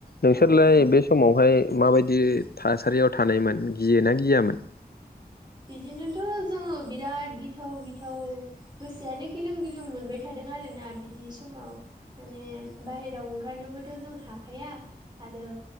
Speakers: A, on the left; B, on the right.
A: नोंसोरलाय
B: औ औ
A: बे समावहाय माबायदि थासारियाव थानायमोन गियो ना गियामोन?
B: बिदिनोथ' जोङो बिराद गिथाव गिथाव गोसोआानो गिलुं गिलुं मोनबाय थादों आरोना बिदि समाव माने बायहेराव ओंखारनोबोथ' जों हाखाया आरो